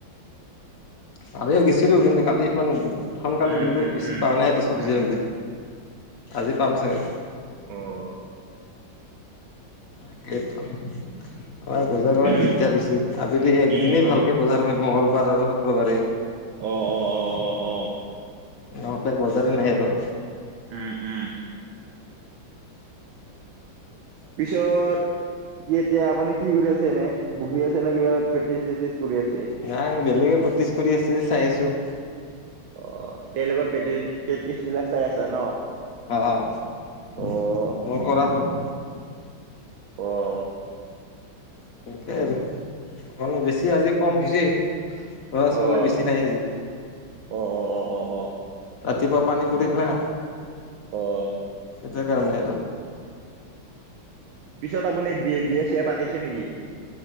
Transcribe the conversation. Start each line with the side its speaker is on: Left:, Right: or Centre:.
Left: কালি গেছিলো, কিন্তু কালি ইমান সোনকালে
Right: উম
Left: গ'লো,
Right: উম
Left: বেছি পোৱা নাই আৰু চব্জি
Right: উম
Left: তবজি, আজি পাম চাগে।
Right: উম
Left: তাকেটো। হয়, বজাৰ কৰা
Right: অ
Left: দিগদাৰ হৈছে, আবেলি একদিনেই
Right: উম, উম,
Left: ভালকে বজাৰ হয়, মংগলবাৰ আৰু শুক্ৰবাৰেই।
Right: অ, অ, অ'। অ',
Left: নহ'লে বজাৰে নাই আৰু।
Right: উম, উম। পিছত, কি এতিয়া আপুনি কি কৰি আছে এনে বহি আছে নে কিবা প্ৰেক্টিছ চেক্টিছ কৰি আছে?
Left: নাই, বেলেগে প্ৰেক্টিচ কৰি আছে, চাই আছো।
Right: অ', তেওঁৰ লগত প্ৰেকটি, প্ৰেক্টিচ বিলাক চাই আছা ন'।
Left: অ',
Right: অ',
Left: মোৰ কৰা হ'ল।
Right: অ'।
Left: সনেকে আৰু, ঘন বেছি আজি কম হৈছে। ল'ৰা, ছোৱালী
Right: অ',
Left: বেছি নাই আজি।
Right: অ, অ, অ'। অ', অ',
Left: ৰাতিপুৱা পানী পৰিল না।
Right: অ'।
Left: সেইটো কাৰণে আৰু।
Right: পিছত আপুনি বিয়া চিয়া পাতিছে নেকি?